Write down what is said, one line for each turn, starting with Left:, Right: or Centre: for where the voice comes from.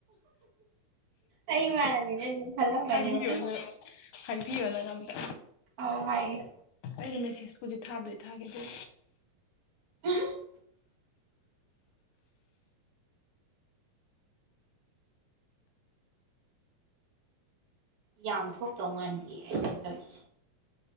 Right: ꯑꯩ ꯏꯃꯥꯟꯅꯕꯤꯅꯦ ꯑꯗꯨꯝ ꯈꯜꯂꯝꯒꯅꯤꯕ
Left: ꯍꯥꯏꯕꯤꯌꯣ ꯅꯪ ꯍꯥꯏꯕꯤꯌꯣ ꯅꯪ ꯑꯝꯇ
Right: ꯑꯧ ꯍꯥꯏꯒꯦ
Left: ꯑꯩꯅ ꯃꯦꯁꯦꯁ ꯍꯧꯖꯤꯛ ꯊꯥꯕꯧꯗꯤ ꯊꯥꯒꯦ ꯑꯗꯨ
Right: <unintelligible> ꯌꯥꯝ ꯊꯣꯛꯇꯧ ꯃꯥꯟꯗꯦ ꯑꯩꯅ ꯇꯧꯔꯤꯁꯦ